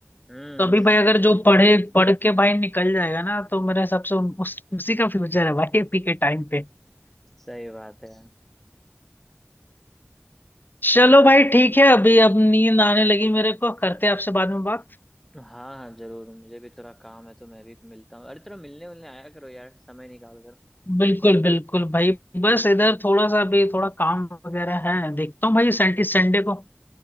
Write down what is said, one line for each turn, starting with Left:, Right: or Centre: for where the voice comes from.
Centre: हम्म
Left: तो अभी
Centre: हम्म
Left: भाई अगर
Centre: वही वही
Left: जो पढ़े पढ़ के भाई निकल जाएगा ना तो मेरे हिसाब से उन- उस, उसी का फ्यूचर है भाई अभी के टाइम पे।
Centre: <laughs> सही बात है यार
Left: चलो भाई ठीक है अभी अब नींद आने लगी मेरे को करते हैं आपसे बाद में बात
Centre: हाँ हाँ जरूर मुझे भी थोड़ा काम है तो मैं भी मिलता हूँ अरे थोड़ा मिलने मिलने आया करो यार समय निकाल कर
Left: बिल्कुल बिल्कुल भाई बस इधर थोड़ा सा अभी थोड़ा काम वगैरह है देखता हूँ भाई सैंटी संडे को